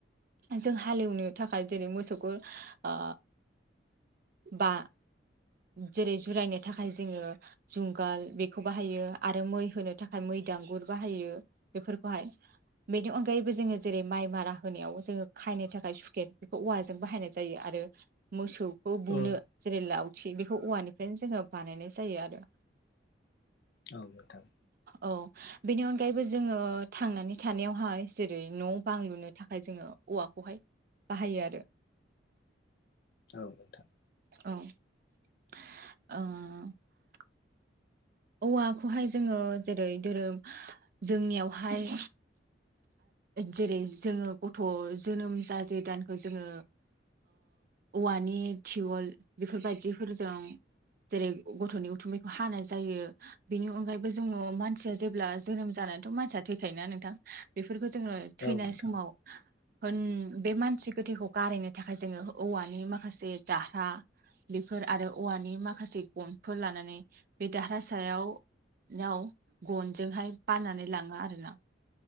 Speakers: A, on the right (about 50°); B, on the left (about 60°).
A: जों हालेवनो थाखाय जेरै मोसौखो ओ बा जेरै जुरायनो थाखाय जोङो। जुंगाल बेखौ बाहायो आरो मै होनो थाखाय मै दांगुर बाहायो बेफोरखौहाय। बेनि अनगायैबो जोङो जेरै माइ मारा होनायाव जोङो खायनो थाखाय सुकेट बेखौ औवाजों बाहायनाय जायो आरो आरो मोसौखौ बुनो
B: औ नोंथां
A: जेरै लावथि बेखौ औवानिफ्रायनो जोङो बानायनाय जायो आरो
B: औ नोंथां
A: औ। बेनि अनगायैबो जोङो थांनानै थानायावहाय जेरै न' बां लुनो थाखाय जोङो औवाखौ हाय बाहायो आरो।
B: औ नोंथां।
A: औ ओ। औवाखौहाय जोङो जेरै धोरोम जोंनियावहाय जेरै जोङो गथ' जोनोम जाजे दानखौ जोङो औवानि थिवोल बेफोरबायदिफोरजों जेरै गथ'नि उथुमैखौ हानाय जायो बेनि अनगायैबो जोङो मानसिया जेब्ला जोनोम जानानैथ' मानसिया थैखायो नोंथां बे फोरखौ जोङो थैनाय
B: औ नोंथां
A: समाव होन बे मानसि गोथैखौ गारैनो थाखाय जोङो औवानि माखासे दाहा बेफोर आरो औवानि माखासे गनफोर लानानै बे दाह फिसायावाव <unintelligible> गनजोंहाय बाननानै लाङो आरोना